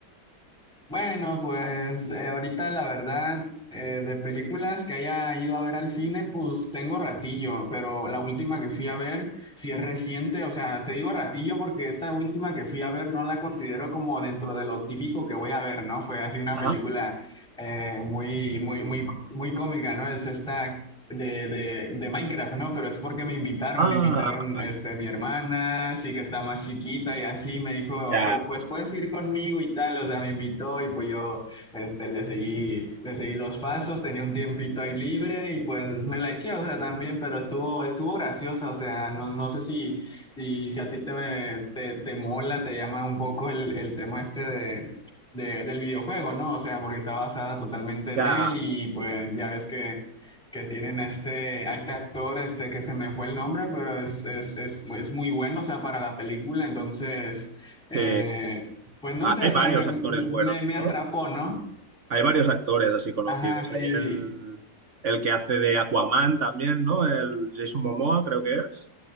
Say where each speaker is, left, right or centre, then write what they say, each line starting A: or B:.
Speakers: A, in the centre; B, on the right (about 50°).
A: Bueno, pues eh, ahorita la verdad, eh, de películas que haya ido a ver al cine, pues tengo ratillo, pero la última que fui a ver, si es reciente, o sea, te digo ratillo porque esta última que fui a ver no la considero como dentro de lo típico que voy a ver, ¿no? Fue así una
B: Ajá.
A: película eh, muy, muy, muy, muy cómica, ¿no? Es esta de, de, de Minecraft, ¿no? Pero es porque me invitaron,
B: Ah,
A: me invitaron
B: vale.
A: este, mi hermana, sí que está más chiquita y así me dijo,
B: Ya,
A: pues, pues puedes ir conmigo y tal, o sea, me invitó y pues yo este, le seguí, le seguí los pasos, tenía un tiempito ahí libre y pues me la eché, o sea, también, pero estuvo, estuvo graciosa, o sea, no, no sé si, si, si a ti te, me- te, te mola, te llama un poco el, el tema este de... de- del videojuego, ¿no? O sea, porque está basada totalmente en
B: ya.
A: él y pues ya ves que que tienen a este, a este actor, este que se me fue el nombre, pero es, es, es, es muy bueno, o sea, para la película. Entonces,
B: Sí.
A: eh, pues no
B: Ah,
A: sé,
B: hay
A: o
B: varios
A: sea, me, me,
B: actores buenos,
A: me
B: ¿no?
A: atrapó, ¿no?
B: Hay varios actores así conocidos.
A: Ajá, sí.
B: Hay el, el que hace de Aquaman también, ¿no? El Jason Momoa, creo que es.